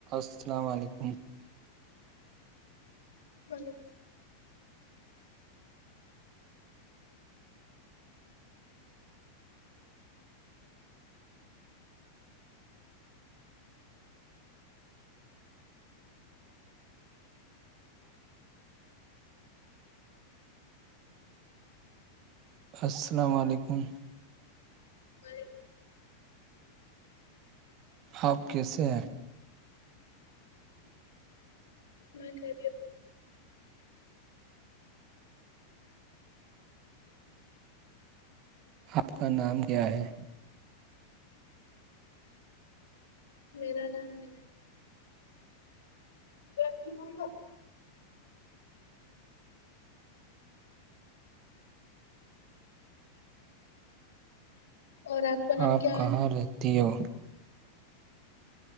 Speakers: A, on the right (about 40°); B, on the left (about 65°).
A: السلام علیکم
B: ہی
A: السلام علیکم
B: ج
A: آپ کیسے ہیں
B: میں کہہ رہی ہوں
A: آپ کا نام کیا ہے
B: میرا نام ا اور آپ کا نام
A: آپ
B: کیا
A: کہاں
B: ہے
A: لیتی ہو